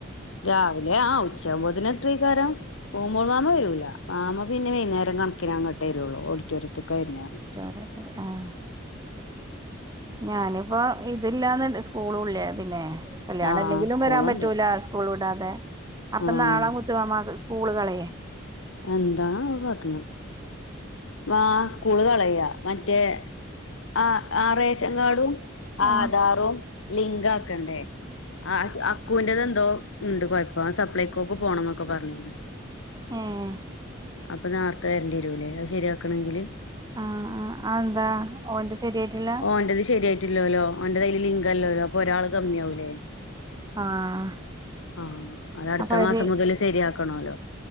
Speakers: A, on the left; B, on the right.
A: രാവിലെ ആഹ് ഉച്ച ആവൂമ്പോത്തിന് എത്തുവായിക്കാരം <unintelligible> മാമ വരൂല മാമ പിന്നെ വൈകുന്നേരം കണക്കിന്ങ്ങട്ടേ വരുള്ളൂ ഓഡിറ്റോറിയത്തിക്ക വരുന്നെ
B: <unintelligible> ആഹ് ഞാനിപ്പോ ഇതില്ലാന്ന്ണ്ട് സ്കൂളുള്ളേ പിന്നേ കല്യാണം
A: ആഹ്
B: ഇല്ലെങ്കിലും
A: സ്കൂളുണ്ട്
B: വരാൻ പറ്റൂല സ്കൂൾ വിടാതെ അപ്പൊ
A: ആഹ്
B: നാള മുത്തുമാമാക്ക് സ്കൂള് കളയേ
A: എന്താണാവോ കാട്ടണെ മാ സ്കൂള് കളയാ മറ്റേ ആഹ്. ആ റേഷൻ കാഡും ആധാറും
B: ആഹ്
A: ലിങ്ക് ആക്കണ്ടേ? ആഹ്. അക്കി അക്കുവ്ൻ്റെത് ന്തോ ണ്ട് കൊയപ്പം. സപ്ലൈക്കോക്ക് പോണം ന്നൊക്കെ പർഞ്ഞീനി.
B: ഏഹ്
A: അപ്പം നേർത്തെ വെര്‌ണ്ട്വെരൂലെ അഅ് ശരിയാക്കണെങ്കില്
B: ആഹ് ആഹ്. അ ന്താ ഓന്റെ ശരിയായിട്ടില്ലാ?
A: ഓൻ്റെത് ശരിയായിട്ടില്ലോലോ. ഓ ൻ്റത് അയല് ലിങ്കല്ലലൊ. അപ്പൊ ഒരാള് കമ്മി ആവൂലേ.
B: ആഹ്
A: ആഹ്. അത് അട്ത്ത
B: അപ്പൊ അവര്
A: മാസം മുതൽ ശരിയാക്കണോലൊ